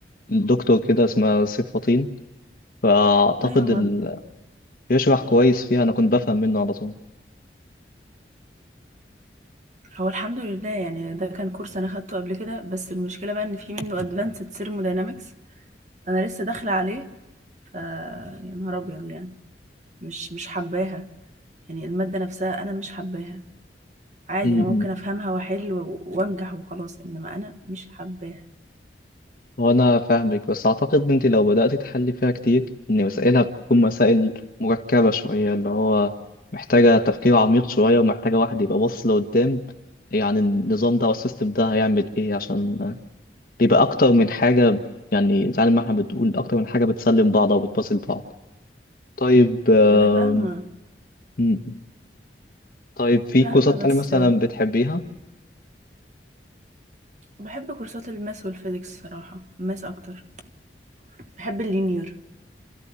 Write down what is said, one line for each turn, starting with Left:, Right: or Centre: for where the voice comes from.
Left: دكتور كده اسمها سيف فطين فأعتقد
Right: ايوه ما
Left: ال... بيشرح كويس فيها أنا كنت بفهم منه على
Right: هو الحمد لله يعني ده كان كورس انا خدته قبل كده بس المشكله بقى ان في منه ادفانسد ثيرموداينامكس فانا لسه داخله عليه ف يا نهار ابيض يعني مش مش حباها يعني الماده نفسها انا مش حباها عادي
Left: طول
Right: انا ممكن افهمها واحل و- وانجح وخلاص انما انا مش حباها
Left: هو أنا فاهمك بس أعتقد إن أنت لو بدأت تحلي فيها كتير إن مسائلها بتكون مسائل مركبة شوية اللي هو محتاجة تفكير عميق شوية ومحتاجة واحد يبقى باص لقدام يعني النظام ده والسيستم ده هيعمل إيه عشان بيبقى أكتر من حاجة يعني زي ما إحنا بتقول أكتر من حاجة بتسلم بعض أو بتباصل بعض طيب آم،
Right: انا فاهمه
Left: م- طيب في
Right: فاهمه
Left: كورسات
Right: بس
Left: تانية مثلا بتحبيها؟
Right: بحب كورسات الماس والفيزيكس صراحة الماس أكتر بحب اللينير